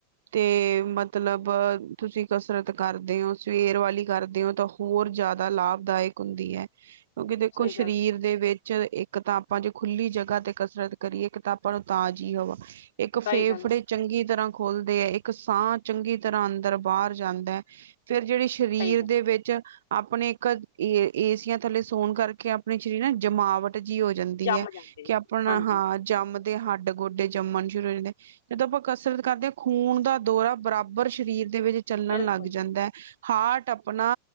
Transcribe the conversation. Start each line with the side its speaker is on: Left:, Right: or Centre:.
Right: ਤੇ ਮਤਲਬ ਤੁਸੀਂ ਕਸਰਤ ਕਰਦੇ ਹੋ ਸਵੇਰ ਵਾਲੀ ਕਰਦੇ ਹੋ ਤਾਂ ਹੋਰ ਜਾਦਾ ਲਾਭਦਾਇਕ ਹੁੰਦੀ ਹੈ। ਕਿਉਕਿ ਦੇਖੋ
Left: ਸਹੀ
Right: ਸਰੀਰ
Left: ਗੱਲ ਕੀ-
Right: ਦੇ ਵਿੱਚ ਇੱਕ ਤਾਂ ਆਪਾਂ ਜੇ ਖੁੱਲੀ ਜਗ੍ਹਾ ਤੇ ਕਸਰਤ ਕਰੀਏ ਇੱਕ ਤਾ ਪਰ ਤਾਜ਼ੀ ਹਵਾਇੱਕ ਫੇਫੜੇ
Left: ਸਹੀ ਗੱਲ ਹੈ,
Right: ਚੰਗੀ ਤਰ੍ਹਾਂ ਖੁਲਦੇ ਹੈ ਇੱਕ ਸਾਹ ਚੰਗੀ ਤਰ੍ਹਾਂ ਅੰਦਰ ਬਾਰ ਜਾਂਦਾ। ਫਿਰ ਜਿਹੜੀ ਸਰੀਰ
Left: ਸਹੀ ਗੱਲ
Right: ਦੇ
Left: ਹੈ।
Right: ਵਿੱਚ ਆਪਣੇ ਇੱਕ ਏ-ਏ-ਏਸੀਆਂ ਥੱਲੇ ਸੋਣ ਕਰਕੇ ਅਪਣੀ ਸ਼ਰੀਰ ਨਾ ਜਮਾਵਟ ਜਿ ਹੋ ਜੰਦੀ
Left: ਜੰਮ
Right: ਹੈ
Left: ਜਾਂਦੇ
Right: ਕਿ ਅਪਣਾ
Left: ਹਾਂਜੀ
Right: ਹਾਂ ਜੰਮਦੇ ਹੱਡ-ਗੋਡੇ ਜੰਮਨ ਸ਼ੁਰੂ ਹੋ ਜਾਂਦੇ ਨੇ। ਜਦੋਂ ਅਪਾਂ ਕਸਰਤ ਕਰਦੇ ਹਾਂ ਖੂਨ ਦਾ ਦੌਰਾ ਬਰਾਬਰ ਸਰੀਰ ਦੇ ਵਿੱਚ ਚੱਲਣ
Left: ਬਿਲਕੁਲ
Right: ਲੱਗ
Left: ਜੀ
Right: ਜਾਂਦਾ। ਹਾਰਟ ਅਪਣਾ